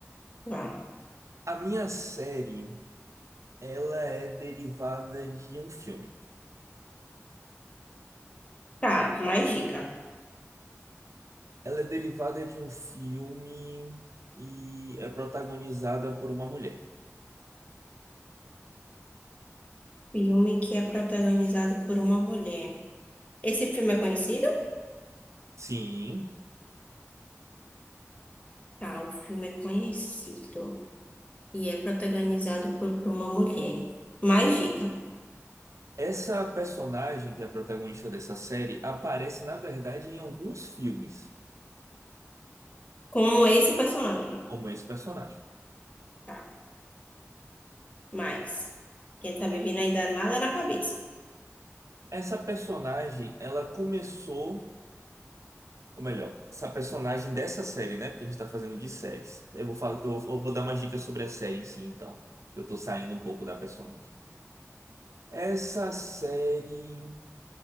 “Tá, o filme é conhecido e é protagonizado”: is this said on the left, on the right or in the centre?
Left